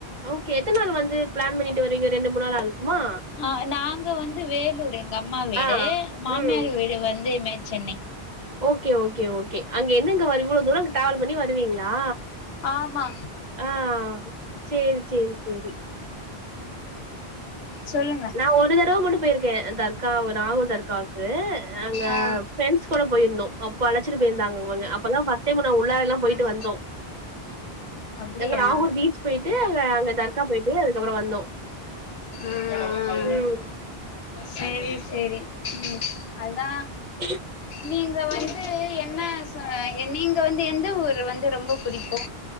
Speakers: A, on the right; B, on the left.
A: ஓகே எத்தன் நாள் வந்து ப்ளான் பண்ணிட்டு வரீங்க ரெண்டு மூணாலால்க்குமா
B: அ நாங்க வந்து வேலூரு எங்க அம்மா வீடு
A: ஆ.
B: மாம்னார்
A: ம்.
B: வீடு வந்து மே சென்னை
A: ஓகே ஓகே ஓகே அங்க என்னங்க வர் இவ்ளோ தூரோ அங்க டாவல் பண்ணி வருவீங்ளா
B: ஆமா
A: ஆ ச்சேரி ச்சேரி செரி
B: சொல்லுங்க
A: நா ஒரு தடவ மட்டு போய்ருக்கே தர்காவு நாஹு தர்காக்கு அங்கப்
B: ஆ
A: ஃப்ரெண்ஸ் கூட போயிர்ந்தோ அப்ப அழச்சிட்டு போய்ந்தாங் அவங்க அப்பதா ஃபஸ்ட் டைம் நா உள்ளாலல்லா போய்ட்டு
B: ம்
A: வந்தோ
B: அப்டியா
A: தங்க நாகூர் பீச் போய்ட்டு அங்க அங்க தர்கா போய்ட்டு அதுக்கப்பறோ வந்தோ
B: ம்ம்
A: ம்
B: சரி சரி ம் அதா
A: இ
B: நீங்க வந்து என்ன சொஅ என்நீங்க வந்து எந்த ஊரு வந்து ரொம்ப புடிக்கு